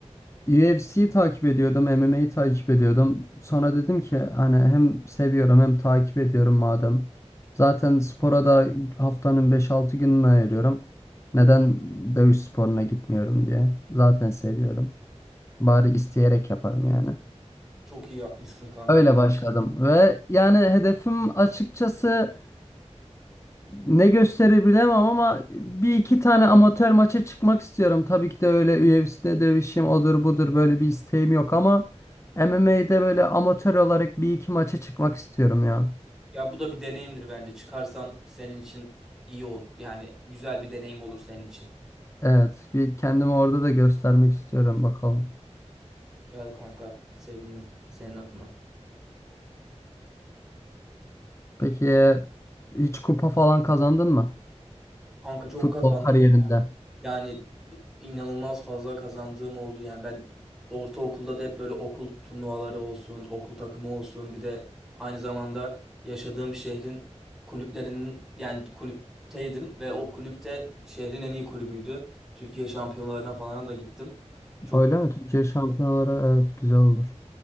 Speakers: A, on the left; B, in the centre.
A: UFC'yi takip ediyordum, MMA'yi takip ediyordum. Sonra dedim ki hani hem seviyorum hem takip ediyorum madem. Zaten spora da haftanın 5-6 gününü ayırıyorum. Neden dövüş sporuna gitmiyorum diye. Zaten seviyorum. Bari isteyerek yaparım yani.
B: Çok iyi yapmışsın kanka
A: Öyle
B: ya.
A: başladım ve yani hedefim açıkçası Ne gösterir bilemem ama bir iki tane amatör maça çıkmak istiyorum. Tabii ki de öyle UFC'de dövüşeyim odur budur böyle bir isteğim yok ama MMA'de böyle amatör olarak bir iki maça çıkmak istiyorum ya.
B: Ya bu da bir deneyimdir bence. Çıkarsan senin için iyi olur. Yani güzel bir deneyim olur senin için.
A: Evet, bir kendimi orada da göstermek istiyorum bakalım.
B: Güzel kanka. Sevindim senin adına.
A: Peki hiç kupa falan kazandın mı?
B: Kanka çok
A: futbol
B: kazandım.
A: kariyerinde?
B: Yani inanılmaz fazla kazandığım oldu. Yani ben ortaokulda da hep böyle okul turnuvaları olsun, okul takımı olsun. Bir de aynı zamanda yaşadığım şehrin kulüplerinin yani kulüpteydim ve o kulüpte şehrin en iyi kulübüydü. Türkiye şampiyonlarına falan da gittim. Çok
A: Öyle mi? Türkiye şampiyonaları evet güzel olur.